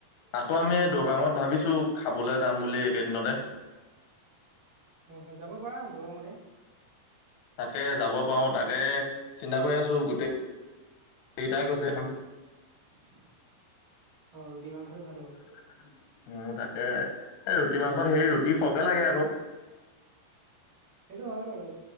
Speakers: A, on the left; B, on the right.
A: আকৌ আমি দৰবাঙত ভাবিছো খাবলে যাম বুলি এইকেইদিনতে।
B: হয় হয়, যাব পাৰা গৰমতে।
A: তাকে যাব পাৰো তাকে চিন্তা কৰি আছো গোটেই এইটাই কৈছো এখন।
B: <unintelligible>
A: <unintelligible>
B: ৰুটি মাংসটো ভাল হ'ব
A: উম তাকে এ ৰুটি মাংসত হেৰি ৰুটি সৰহকে লাগে আকৌ।
B: সেইটো হয় বাৰু